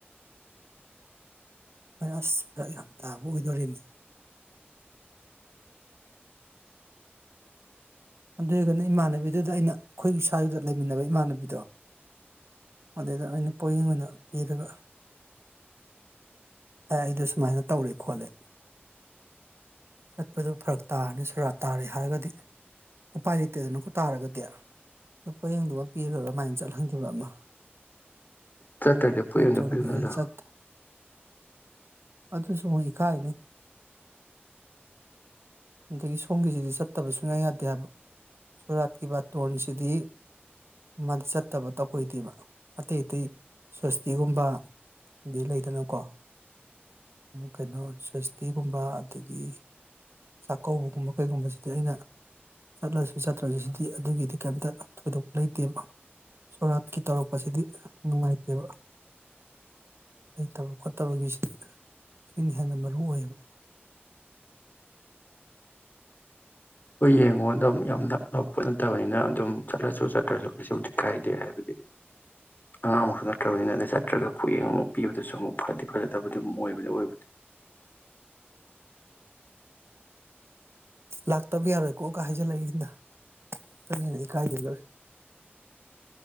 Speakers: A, on the right (about 80°); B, on the left (about 50°).
A: ꯑꯩꯅ ꯑꯁ ꯐꯔꯛ ꯌꯥꯝ ꯇꯥꯕ ꯑꯣꯏꯗꯧꯔꯤꯅꯦ ꯑꯗꯨ ꯑꯣꯏꯔꯒꯅ ꯏꯃꯥꯟꯅꯕꯤꯗꯨꯗ ꯑꯩꯅ ꯑꯩꯈꯣꯏꯒꯤ ꯁ꯭ꯋꯥꯏꯗ ꯂꯩꯃꯤꯟꯅꯕ ꯏꯃꯥꯟꯅꯕꯤꯗꯣ ꯑꯗꯨꯗ ꯑꯩꯅ ꯄꯣꯌꯦꯡ ꯑꯣꯏꯅ ꯄꯤꯔꯒ ꯑꯩꯗꯣ ꯁꯨꯃꯥꯏꯅ ꯇꯧꯔꯦ ꯈꯣꯠꯂꯦ ꯆꯠꯄꯗꯣ ꯐꯔꯛ ꯇꯥꯔꯅꯤ ꯁꯣꯔꯠ ꯇꯥꯔꯦ ꯍꯥꯏꯔꯒꯗꯤ ꯎꯄꯥꯏ ꯂꯩꯇꯦꯗꯅꯀꯣ ꯇꯥꯔꯒꯗꯤ ꯑꯗꯣ ꯄꯌꯦꯡꯗꯨ ꯑꯃ ꯄꯤꯔꯒ ꯑꯗꯨꯃꯥꯏꯅ ꯆꯠꯍꯟꯈꯤꯕ ꯑꯃ
B: ꯆꯇ꯭ꯔꯗꯤ ꯄꯨꯌꯦꯡꯗꯣ
A: ꯅꯠꯇ꯭ꯔꯒꯗꯤ
B: ꯄꯤꯔꯨꯔꯅꯨꯅ
A: ꯑꯩ ꯆꯠ ꯑꯗꯨꯁꯨ ꯑꯃꯨꯛ ꯏꯀꯥꯏꯅꯦ ꯑꯗꯒꯤ ꯁꯣꯝꯒꯤꯁꯤꯗꯤ ꯆꯠꯇꯕ ꯁꯨꯡꯌꯥꯥ ꯌꯥꯗꯦ ꯍꯥꯏꯕ ꯁꯨꯔꯥꯠꯀꯤ ꯕꯥꯇꯣꯟꯁꯤꯗꯤ ꯃꯥꯗꯤ ꯆꯠꯇꯕ ꯇꯧꯍꯩꯗꯦꯕ ꯑꯇꯩ ꯑꯇꯩ ꯁꯣꯏꯁꯇꯤꯒꯨꯝꯕ ꯗꯤ ꯂꯩꯗꯅꯀꯣ ꯀꯩꯅꯣ ꯁꯣꯏꯁꯇꯤꯒꯨꯝꯕ ꯑꯗꯒꯤ ꯆꯥꯛꯀꯧꯕꯒꯨꯝꯕ ꯀꯩꯒꯨꯝꯕꯁꯤꯗꯤ ꯑꯩꯅ ꯆꯠꯂꯁꯨ ꯆꯠꯇ꯭ꯔꯁꯨ ꯁꯤꯗꯤ ꯑꯗꯨꯒꯤꯗꯤ ꯀꯦꯝꯇ ꯊꯣꯏꯗꯣꯛꯄ ꯂꯩꯇꯦꯕ ꯁꯣꯔꯥꯠꯀꯤ ꯇꯧꯔꯛꯄꯁꯤꯗꯤ ꯅꯨꯡꯉꯥꯏꯇꯦꯕ ꯂꯩꯇꯕ ꯈꯣꯠꯇꯕꯒꯤꯁꯤꯗꯤ ꯁꯤꯅ ꯍꯦꯟꯅ ꯃꯔꯨ ꯑꯣꯏꯌꯦꯕ
B: ꯍꯣꯏ ꯌꯦꯡꯉꯣ ꯑꯗꯣ ꯌꯥꯝ ꯅꯞꯅꯕ ꯄꯣꯠ ꯅꯠꯇꯕꯅꯤꯅ ꯑꯗꯨꯝ ꯆꯠꯂꯁꯨ ꯆꯠꯇ꯭ꯔꯁꯨ ꯀꯩꯁꯨꯕꯨꯗꯤ ꯀꯥꯏꯗꯦ ꯍꯥꯏꯕꯗꯤ ꯑꯉꯥꯡꯃꯛꯁꯨ ꯅꯠꯇ꯭ꯔꯕꯅꯤꯅ ꯆꯠꯇ꯭ꯔꯒ ꯄꯨꯌꯦꯡ ꯑꯃꯨꯛ ꯄꯤꯕꯗꯨꯁꯨ ꯑꯃꯨꯛ ꯐꯗꯤ ꯐꯖꯗꯕꯗꯨꯝ ꯑꯣꯏꯕꯗꯤ ꯑꯣꯏꯕꯅꯤ
A: ꯂꯥꯛꯇꯕ ꯌꯥꯔꯣꯏꯀꯣ ꯍꯥꯏꯖꯜꯂꯛꯏꯅꯤꯗ ꯑꯗꯨꯅ ꯍꯦꯟꯅ ꯏꯀꯥꯏꯖꯒꯔꯦ